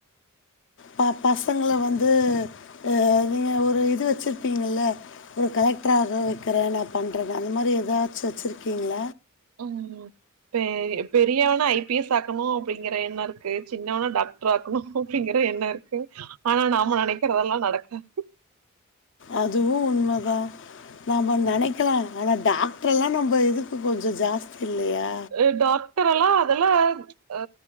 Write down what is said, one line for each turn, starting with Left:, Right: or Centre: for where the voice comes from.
Left: ப பசங்களை வந்துஹ நீங்க ஒரு இது வச்சிருப்பீங்கல்ல ஒரு கலெக்டராக வைக்கிறேன் நான் பண்றேன் அந்த மாதிரி ஏதாச்சு வச்சிருக்கீங்கள
Right: உம் இ பெரியவனை ஐபிஎஸ் ஆக்கணும் அப்படிங்கிற எண்ணம் இருக்கு சின்னவன டாக்டர் ஆக்கணும் அப்படிங்கிற எண்ணம் இருக்கு ஆனா நாம நினைக்கிறதெல்லாம் நடக்காது
Left: அதுவு உண்மைதா நம நினைக்கலா ஆனா டாக்டர் எல்லா நம்ம இதுக்கு கொஞ்சோ ஜாஸ்தி இல்லையா
Right: அ டாக் டாக்டர் எல்லா அதெல்லா ஆ